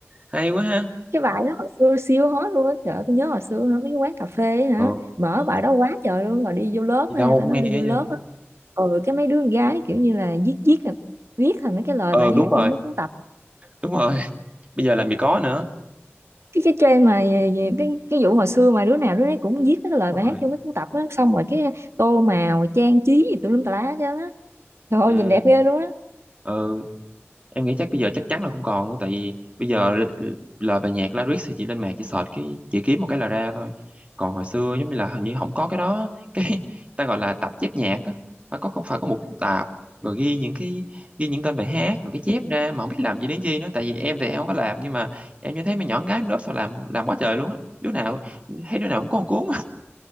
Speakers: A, on the right; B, on the right.
A: hay quá ha
B: cái bài đó hồi xưa siêu hot luôn á trời ơi, tôi nhớ hồi xưa hả mấy cái quán cà phê ấy
A: ừ
B: hả mở
A: trời
B: bài
A: ơi,
B: đó quá trời luôn rồi đi vô lớp
A: đi đâu
B: ha tao
A: cũng
B: nói
A: nghe
B: đi
A: hết
B: vô lớp
A: trơn
B: á ừ cái mấy đứa con gái kiểu như là viết viết là viết thành mấy cái lời
A: ờ
B: bài hát
A: đúng rồi
B: vô mấy cuốn tập
A: đúng rồi <laughs> bây giờ làm gì có nữa
B: cái cái trend mà về- về cái cái vụ hồi xưa mà đứa nào đứa nấy cũng viết mấy cái lời
A: đúng
B: bài
A: rồi
B: hát vô mấy cuốn tập á xong rồi cái tô màu trang trí gì tùm lum tà lá chứ á trời ơi
A: ừ
B: nhìn đẹp ghê luôn á
A: ừ em nghĩ chắc bây giờ chắc chắn là không còn luôn tại vì bây giờ l- l- lời bài nhạc lyrics thì chị lên mạng chị search cái chị kiếm một cái là ra thôi còn hồi xưa giống như là hình như không có cái đó <laughs> cái ta gọi là tập chép nhạc á phải có phải có một cuốn tạp rồi ghi những cái ghi những tên bài hát rồi cái chép ra mà không biết làm gì đến chi nữa tại vì em thì em không có làm nhưng mà em như thấy mấy nhỏ con gái lớp sao làm làm quá trời luôn á đứa nào thấy đứa nào cũng có một cuốn